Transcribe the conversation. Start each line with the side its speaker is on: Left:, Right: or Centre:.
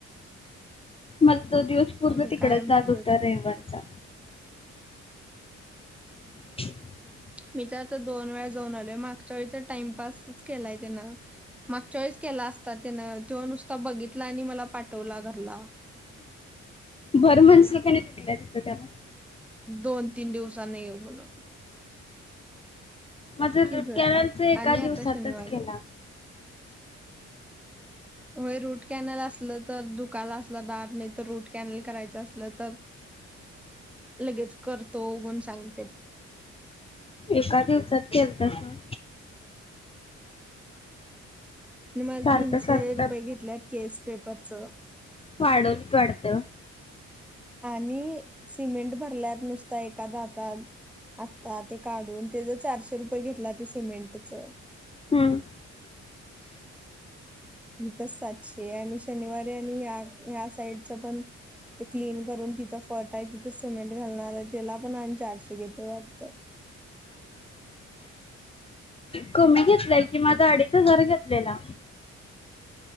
Left: मल तो दिवसपूर्ण
Centre: म्हणजे
Left: तिकडच
Centre: कायम
Left: जात
Centre: तसच
Left: होता
Centre: करतात
Left: रविवारचा ह <unintelligible>
Centre: मी त्यात दोनवेळा जाऊन आले माक च्याइत टाईमपासच केलाय तेन मागच्या वेळेस केला असता तेनं त्यो नुस त बघितला आणि मला पाठवला घरला
Left: बरं म्हणसी की नाय तिथलं देते त्याला.
Centre: दोन-तीन दिवसांनी येऊ म्हणलं.
Left: माझं रुटकॅनेलचा
Centre: जर
Left: एका
Centre: आणि आता
Left: दिवसातच
Centre: शनिवारी
Left: केला.
Centre: व्हय रुटकॅनेल असलं तर दुखाला असला दात नाहीतर रुटकॅनेल करायचं असलं तरं लगेच करतो म्हणून सांग.
Left: एका दिवसात केलं तसं
Centre: <inaudible> आणि मला
Left: सारखं
Centre: तीनशे
Left: सारखं
Centre: रुपये घेतलयात केस पेपर च
Left: फाडून काढतं.
Centre: आणि सिमेंट भरल्यात नुसता, एका दातात आत्ता ते काढून त्याचा चारशे रुपये घेतला ते सिमेंटच.
Left: हम्म.
Centre: तिथंच सातशे आणि शनिवारी आणि ह्या साईडचा पण ते क्लीन करून तिथं फट आहे, तिथं सिमेंट घालणार आहे, त्याला पण आणि चारशे घेतो वाटतं.
Left: कमी घेतलाय की माझा अडीच हजार घेतलेला.